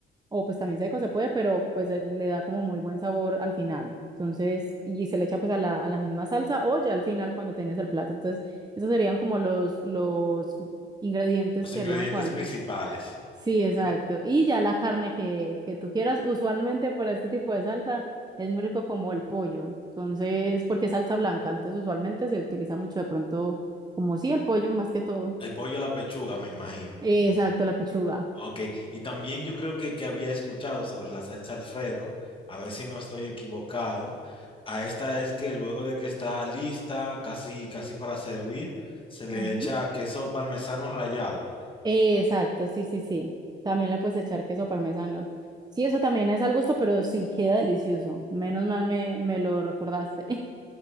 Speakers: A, on the right (about 20°); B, on the left (about 25°).
A: o pues también seco se puede, pero pues eh, le da como muy buen sabor al final. Entonces, y se le echa pues a la, a la misma salsa o ya al final cuando tienes el plato. Entonces, esos serían como los, los ingredientes
B: Los
A: que
B: ingredientes
A: harían falta.
B: principales.
A: Sí, exacto.
B: Me-
A: Y ya la carne que, que tú quieras, usualmente para este tipo de salsa es muy rico como el pollo. Entonces, porque es salsa blanca, entonces usualmente se utiliza mucho de pronto como sí el pollo más que todo.
B: El pollo a la pechuga, me imagino.
A: Exacto, la pechuga.
B: Ok, y también yo creo que, que había escuchado sobre la salsa Alfredo, a ver si no estoy equivocado. A esta es que luego de que está lista, casi, casi para servir, se le
A: Ujú.
B: echa queso parmesano rallado.
A: Exacto, sí, sí, sí. También le puedes echar queso parmesano. Sí, eso también es al gusto, pero sí queda delicioso. Menos mal me, me lo recordaste. <laughs>